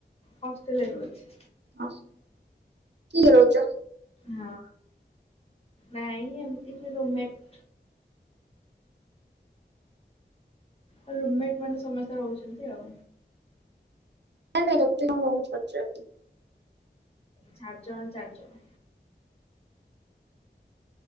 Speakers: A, on the left; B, on the right.
A: ହଷ୍ଟେଲ୍ ରେ ରହୁଚି।
B: ହସ୍ କିଏ କିଏ ରହୁଚ?
A: ହଁ। ନାଇଁ ଏମିତି କି ରୁମ୍ମେଟ୍ ଆଉ ରୁମ୍ମେଟ୍ ମାନେ ସମସ୍ତେ ରହୁଛନ୍ତି ଆଉ।
B: ନାଇଁ ନାଇଁ ଗୋଟେ କଣ୍ <unintelligible> ହଉଚି ପଚାର୍ଚି।
A: ଚାର୍ ଜଣ ଚାର୍ ଜଣ।